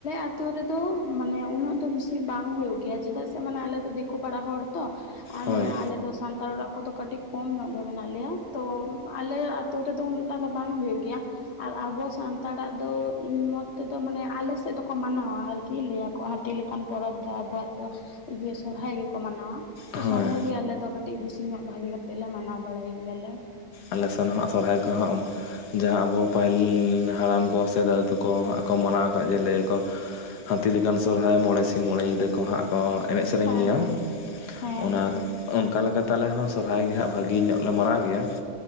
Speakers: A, on the left (about 45°); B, on the left (about 85°).
A: ᱟᱛᱳ ᱨᱮᱫᱚ ᱢᱟᱱᱮ ᱩᱱᱟᱹᱜ ᱫᱚ ᱵᱤᱥᱤ ᱵᱟᱝ ᱦᱳᱭᱳᱜ ᱜᱮᱭᱟ ᱪᱮᱫᱟᱜ ᱥᱮ ᱢᱟᱱᱮ ᱟᱞᱮ ᱫᱚ ᱫᱤᱠᱳ ᱯᱟᱲᱟ ᱦᱚᱲ ᱛᱚ, ᱟᱨ
B: ᱦᱳᱭ
A: ᱢᱟᱱᱮ ᱟᱞᱮ ᱫᱚ ᱥᱟᱱᱛᱟᱲ ᱚᱲᱟᱜ ᱠᱚ ᱫᱚ ᱠᱟᱹᱴᱤᱡ ᱠᱚᱢ ᱧᱚᱜ ᱜᱮ ᱢᱮᱱᱟᱜ ᱞᱮᱭᱟ ᱛᱚ, ᱟᱞᱮ ᱟᱛᱳ ᱨᱮ ᱫᱚ ᱩᱱᱟᱹᱴᱟᱜ ᱫᱚ ᱵᱟᱝ ᱦᱳᱭᱳᱜ ᱜᱮᱭᱟ ᱾ ᱟᱨ ᱟᱵᱚ ᱥᱟᱱᱛᱟᱲᱟᱜ ᱫᱚ ᱤᱧ ᱢᱚᱛ ᱛᱮ ᱫᱚ ᱢᱟᱱᱮ ᱟᱞᱮ ᱥᱮᱫ ᱫᱚ ᱠᱚ ᱢᱟᱱᱟᱣᱟ ᱟᱨᱠᱤ ᱞᱟᱹᱭᱟ ᱠᱚ, ᱦᱩᱛᱤ ᱞᱮᱠᱟᱱ ᱯᱚᱨᱚᱵᱽ ᱫᱚ ᱟᱵᱚᱣᱟᱜ ᱫᱚ ᱥᱚᱨᱦᱟᱭ ᱜᱮ ᱠᱚ ᱢᱟᱱᱟᱣᱟ ᱾ ᱛᱚ
B: ᱦᱳᱭ
A: ᱥᱚᱨᱦᱟᱭ ᱜᱮ ᱟᱞᱮ ᱫᱚ ᱠᱟᱹᱴᱤᱡ ᱵᱮᱥᱤ ᱧᱚᱜ ᱵᱷᱟᱜᱮ ᱠᱟᱛᱮ ᱞᱮ ᱢᱟᱱᱟᱣ ᱵᱟᱲᱟᱭ ᱜᱮᱭᱟ ᱞᱮ ᱾
B: ᱟᱞᱮ ᱥᱮᱱ ᱦᱚᱸ ᱥᱚᱨᱚᱦᱟᱭ ᱠᱚ ᱦᱚᱸ ᱡᱟᱦᱟᱸ ᱟᱵᱚ ᱯᱟᱹᱦᱤᱞ ᱦᱟᱲᱟᱢ ᱠᱚ ᱥᱮ ᱫᱮ ᱫᱟᱹᱩ ᱛᱟᱠᱚ ᱦᱟᱸᱜ ᱠᱚ ᱢᱟᱱᱟᱣ ᱫᱟᱫᱩ ᱛᱟᱠ ᱦᱟᱸᱠ ᱢᱟᱱᱟᱣ ᱟᱠᱟᱫ ᱡᱮ ᱞᱟᱹᱭᱟᱠᱚ ᱦᱟᱹᱛᱤ ᱞᱮᱠᱟᱱ ᱥᱚᱨᱦᱟᱭ ᱢᱚᱬᱮ ᱥᱤᱧ ᱢᱚᱬᱮ ᱧᱤᱫᱟᱹ ᱠᱚ ᱦᱟᱸᱜ, ᱠᱚ ᱮᱱᱮᱡ ᱥᱮᱨᱮᱧ
A: ᱦᱮᱸ
B: ᱜᱮᱭᱟ,
A: ᱦᱮᱸ ᱦᱮᱸ
B: ᱚᱱᱟ
A: ᱦᱮᱸ
B: ᱚᱱᱠᱟ ᱞᱮᱠᱟ ᱛᱮ ᱟᱞᱮ ᱦᱚᱸ ᱥᱚᱨᱦᱟᱭ ᱜᱮ ᱦᱟᱸᱜ ᱵᱷᱟᱹᱜᱮ ᱧᱚᱜ ᱞᱮ ᱢᱟᱱᱟᱟᱣ ᱜᱮᱭᱟ ᱾